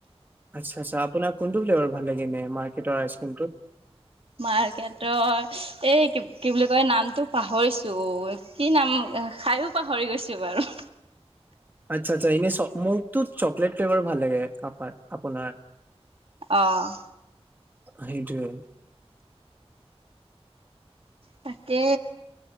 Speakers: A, on the right; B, on the right.
A: আচ্ছা আচ্ছা আপোনাৰ কোনটো ফ্লেভাৰ ভাল লাগে মেম মাৰ্কেটৰ আইচক্ৰীমটো।
B: মাৰ্কেটৰ এই কি কি বুলি কয় নামটো পাহৰিছো অ কি নাম এ খাইো পাহৰি গৈছো বাৰু
A: আচ্ছা আচ্ছা এনে মোকটো চকলেট ফ্লেভাৰ ভাল লাগে কাপাৰ আপোনাৰ।
B: আহ
A: সেইটোৱে
B: তাকে।